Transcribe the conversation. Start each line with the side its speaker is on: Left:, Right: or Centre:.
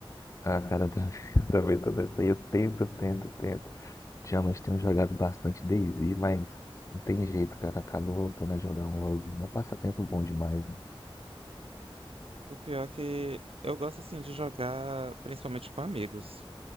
Left: ah, cara, eu também, <laughs> eu também tô nessa aí. Eu tento, tento, tento. Ultimamente tenho jogado bastante DayZ, mas não tem jeito, cara. Acabo voltando a jogar um LoLzinho. É um passatempo bom demais, né?
Right: O pior é que eu gosto, assim, de jogar principalmente com amigos.